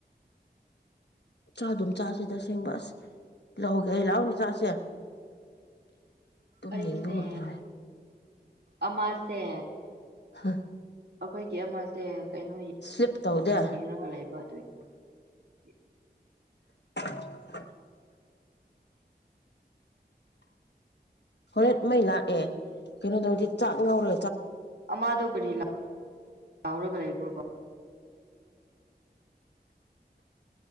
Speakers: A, on the left (about 80°); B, on the right (about 70°).
A: ꯆꯥ ꯑꯗꯨꯝ ꯆꯥꯁꯦ ꯇꯁꯦꯡꯕ ꯑꯁ ꯂꯧꯒꯦ ꯑꯩ ꯂꯥꯛꯎꯅꯦ ꯆꯥꯁꯦ ꯇꯨꯝꯅꯤꯡꯕꯒꯨꯝ
B: ꯑꯩꯁꯦ
A: ꯇꯧꯋꯦ
B: ꯑꯃꯥꯁꯦ
A: ꯍꯥ
B: ꯑꯩꯈꯣꯏꯒꯤ ꯑꯃꯁꯦ ꯀꯩꯅꯣ
A: ꯁ꯭ꯂꯤꯞ ꯇꯧꯗꯦ
B: ꯌꯦꯡꯉꯒ ꯂꯩꯕ ꯑꯗꯨꯏ ꯍ
A: <unintelligible> ꯍꯣꯔꯦꯟ ꯃꯩ ꯂꯥꯛꯑꯦ ꯀꯩꯅꯣ ꯇꯧꯗꯤ ꯆꯥꯛ ꯉꯥꯎꯔ
B: ꯑꯃꯥꯗꯣ ꯀꯔꯤ ꯂꯥꯎꯔꯒ ꯂꯩꯕ꯭ꯔꯣꯕ